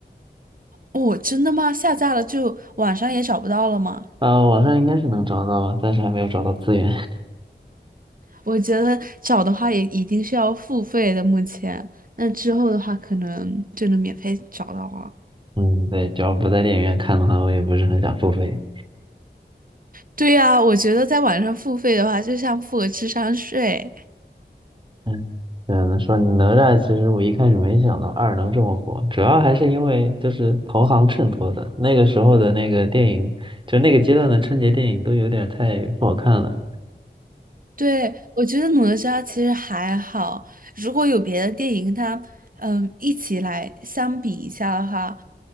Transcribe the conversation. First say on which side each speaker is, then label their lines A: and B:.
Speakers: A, on the right (about 50°); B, on the right (about 25°).
A: 哦，真的吗？下架了就网上也找不到了吗？
B: 呃，网上应该是能找到吧，暂时还没有找到资源。<laughs>
A: 我觉得找的话也一定是要付费的，目前。那之后的话，可能就能免费找到了。
B: 嗯，对，只要不在电影院看的话，我也不是很想付费。
A: 对呀，我觉得在网上付费的话，就像付个智商税。
B: 嗯，嗯，说哪吒，其实我一开始没想到二能这么火，主要还是因为就是同行衬托的。那个时候的那个电影，就那个阶段的春节电影都有点太不好看了。
A: 对，我觉得哪吒其实还好，如果有别的电影跟他嗯一起来相比一下的话，